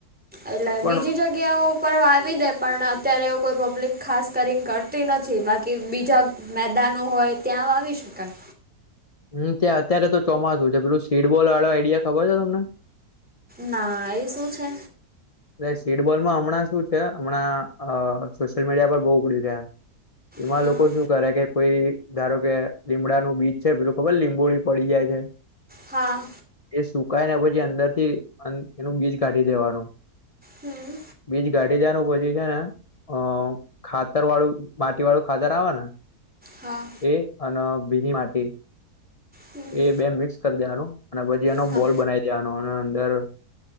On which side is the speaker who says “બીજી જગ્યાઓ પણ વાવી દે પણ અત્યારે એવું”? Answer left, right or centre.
Centre